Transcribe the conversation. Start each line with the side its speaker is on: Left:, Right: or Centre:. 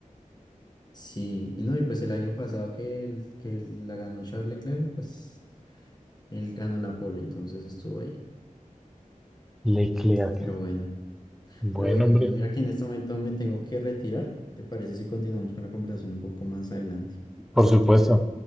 Left: Sí, y no, y pues el año pasado que, el, que la ganó Charles Leclerc, pues él ganó la pole, entonces estuvo ahí.
Centre: Leclerc,
Left: Pero bueno,
Centre: buen
Left: pero bueno,
Centre: hombre,
Left: Gino, mira que en este momento me tengo que retirar. ¿Te parece si continuamos con la conversación un poco más adelante?
Centre: por supuesto.